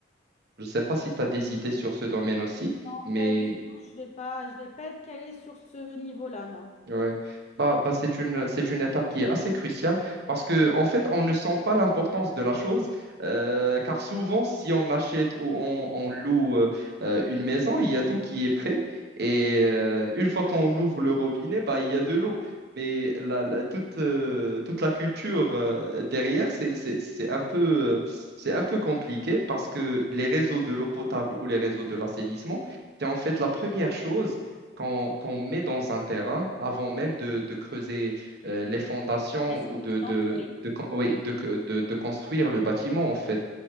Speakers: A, on the right; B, on the left.
A: Je ne sais pas si tu as des idées sur ce domaine aussi,
B: Non,
A: mais
B: pas du tout. Je vais pas, je vais pas être calée sur ce niveau-là, non.
A: Ouais. Bah, bah, c'est une, c'est une étape qui est assez cruciale parce que en fait, on ne sent pas l'importance de la chose euh, car souvent, si on achète ou on, on loue euh, euh, une maison, il y a tout qui est prêt et euh, une fois qu'on ouvre le robinet, bah, il y a de l'eau. Mais la, la- toute, euh, toute la culture euh, derrière, c'est, c'est, c'est un peu, euh, c'est un peu compliqué parce que les réseaux de l'eau potable ou les réseaux de l'assainissement, c'est en fait la première chose qu'on qu'on met dans un terrain avant même de, de creuser euh, les fondations
B: La satisfaction,
A: ou de, de,
B: oui.
A: de, con- oui, de, que- de- de construire le bâtiment, en fait.